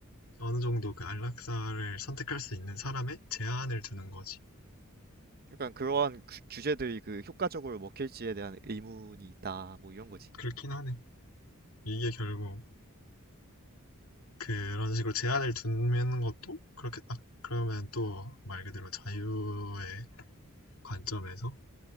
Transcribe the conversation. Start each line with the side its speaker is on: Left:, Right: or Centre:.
Left: 어느 정도 그 안락사를 선택할 수 있는 사람의 제한을 두는 거지.
Right: 약간 그러한 규- 규제들이 그 효과적으로 먹힐지에 대한 의문이 있다. 뭐 이런 거지.
Left: 그렇긴 하네. 이게 결국 그런 식으로 제한을 두는 것도 그렇게 아, 그러면 또 말 그대로 자유의 관점에서